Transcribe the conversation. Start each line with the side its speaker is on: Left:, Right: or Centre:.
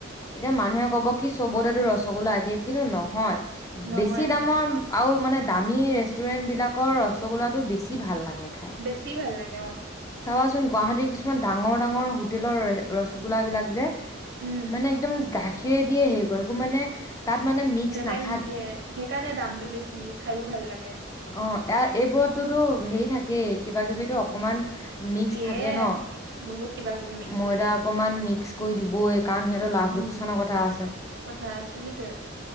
Left: এতিয়া মানুহে ক'ব কি চবতেটো ৰসগোল্লা একে, কিন্তু নহয়।
Right: নহয়
Left: বেছি
Right: নহয়
Left: দামৰ আৰু মানে দামী ৰেষ্টুৰেণ্ট বিলাকৰ ৰসগোল্লাটো বেছি ভাল লাগে। খাই
Right: বেছি ভাল লাগে অ।
Left: চাবাচোন গুৱাহাটীৰ কিছুমান ডাঙৰ ডাঙৰ হোটেলৰ ৰসগোল্লাবিলাক যে,
Right: উম
Left: মানে একদম গাখীৰে দিয়ে হেৰি কৰে, এইবোৰ মানে তাত মানে মিক্স
Right: বেলেগ
Left: নাথেকে।
Right: নিদিয়ে সেইকাৰণে দামটো বেছি খায়ো ভাল লাগে
Left: অ' এয়া এইবোৰততোতো হেই থাকেই কিবা কিবি অকমান মিক্স
Right: দিয়ে
Left: থাকে ন!
Right: বহুত কিবা কিবি মিক্স
Left: ময়দা
Right: কৰি দিয়ে
Left: অকনমান মিক্স কৰি দিবই কাৰণ সিহঁতৰ লাভ
Right: উম
Left: লোকচানৰ কথা আছে।
Right: কথা আছে সেইটোয়ে